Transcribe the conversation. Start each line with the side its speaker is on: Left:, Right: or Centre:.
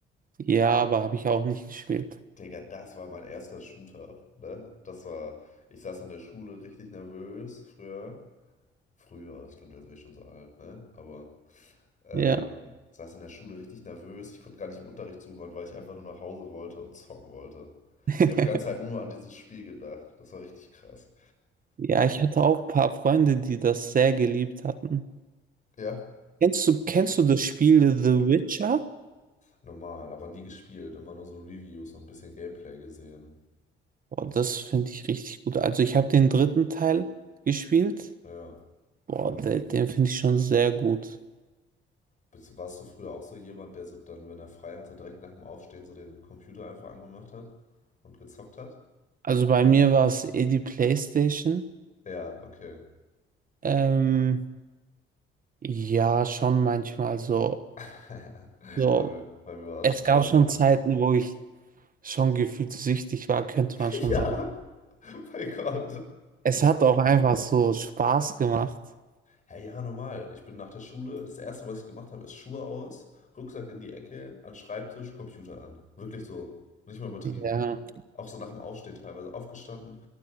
Right: Ja, aber habe ich auch nicht gespielt.
Left: Digga, das war mein erster Shooter, ne? Das war. Ich saß in der Schule richtig nervös früher. Früher, das klingt, als wäre ich schon so alt, ne? Aber Ähm,
Right: Ja.
Left: saß in der Schule richtig nervös. Ich konnte gar nicht im Unterricht zuhören, weil ich einfach nur nach Hause wollte und zocken wollte.
Right: <laughs>
Left: Ich habe die ganze Zeit nur an dieses Spiel gedacht. Das war richtig krass.
Right: Ja, ich hatte auch ein paar Freunde, die das sehr geliebt hatten.
Left: Ja,
Right: Kennst du, kennst du das Spiel The Witcher?
Left: normal, aber nie gespielt. Immer nur so Reviews und ein bisschen Gameplay gesehen.
Right: Boah, das finde ich richtig gut. Also ich habe den dritten Teil gespielt.
Left: Ja.
Right: Boah, de- den finde ich schon sehr gut.
Left: Bist- Warst du früher auch so jemand, der so dann, wenn er frei hatte, direkt nach dem Aufstehen so den Computer einfach angemacht hat und gezockt hat?
Right: Also bei mir war es eh die PlayStation.
Left: Ja, okay.
Right: Ähm, ja, schon manchmal so.
Left: <laughs>
Right: So,
Left: Bei mir, bei mir war es
Right: es
Left: schon
Right: gab
Left: echt
Right: schon
Left: hart.
Right: Zeiten, wo ich schon gefühlt süchtig war, könnte man
Left: <laughs>
Right: schon
Left: Ja,
Right: sagen.
Left: mein Gott.
Right: Es hat auch einfach so Spaß gemacht.
Left: Hey, ja, normal. Ich bin nach der Schule, das Erste, was ich gemacht habe, ist Schuhe aus, Rucksack in die Ecke, an den Schreibtisch, Computer an. Wirklich so. Nicht mal übertrieben.
Right: Ja.
Left: Auch so nach dem Aufstehen teilweise aufgestanden.